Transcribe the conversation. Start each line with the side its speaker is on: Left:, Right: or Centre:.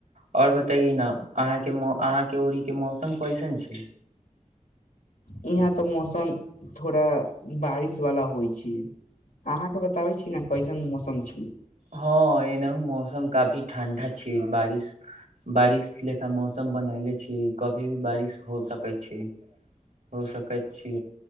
Right: आओर बताइेए न अहाँ के मौ अहांके ओड़ी के मौसम कैसन छै
Left: यहाँ तऽ मौसम थोड़ा बारिश वाला होइ छै अहाँके बताबे छी ने कैसन मौसम छै
Right: हँ एनाहु मौसम काफी ठंडा छै बारिश बारिश ले का मौसम बनले छीय कभी भी बारिश हो सकै छै हो सकैत छी